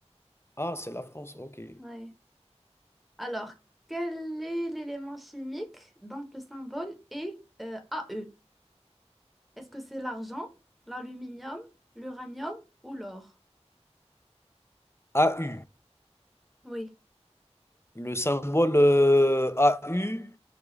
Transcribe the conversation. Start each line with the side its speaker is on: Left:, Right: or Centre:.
Left: Ah, c'est la France, ok.
Centre: Ouais. Alors, quel est l'élément chimique dont le symbole est euh, AE? Est-ce que c'est l'argent, l'aluminium, l'uranium ou l'or?
Left: AU,
Centre: Oui.
Left: le symbole euh, AU,